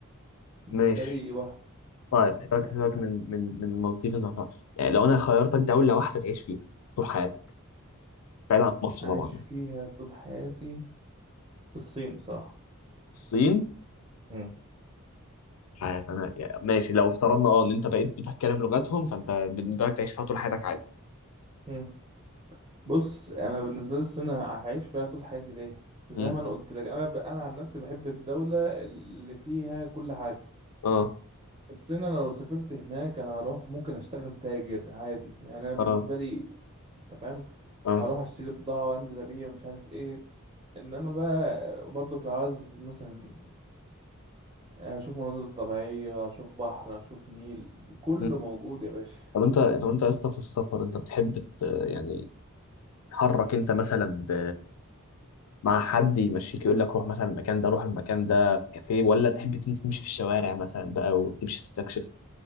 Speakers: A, on the right; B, on the left.
A: بالنسبة
B: ماشي
A: لي وهم
B: طيب
A: وهم
B: سيبك سيبك
A: وهم
B: من من من المالديف انت هتروح يعني لو انا خيرتك دوله واحده تعيش فيها طول حياتك بعيد عن مصر
A: عايش
B: طبعا
A: فيها طول حياتي الصين بصراحة
B: الصين
A: مم.
B: مش عارف انا يعني ماشي لو افترضنا اه ان انت بقيت بتتكلم لغتهم فانت بالنسبه لك تعيش فيها طول حياتك عادي
A: مم. بص انا بالنسبة لي الصين هعيش فيها طول حياتي ليه زي
B: مم.
A: ما انا قلت لك انا ب... انا عن نفسي بحب الدولة اللي فيها كل حاجة
B: اه
A: بس انا لو سافرت هناك انا هروح ممكن اشتغل تاجر عادي يعني انا بالنسبه
B: اه
A: لي انت فاهم
B: اه
A: هروح اشتري بضاعه وانزل ابيع ومش عارف ايه انما بقى برضك لو عايز مثلا آه، اشوف مناظر طبيعيه اشوف بحر اشوف نيل كله
B: مم.
A: موجود يا باشا
B: طب انت
A: <laughs>
B: طب انت يا اسطى في السفر انت بتحب ت- يعني تحرك انت مثلا ب... مع حد يمشيك يقول لك روح مثلا المكان ده روح المكان ده بكافيه ولا تحب انت تمشي في الشوارع مثلا بقى وتمشي تستكشف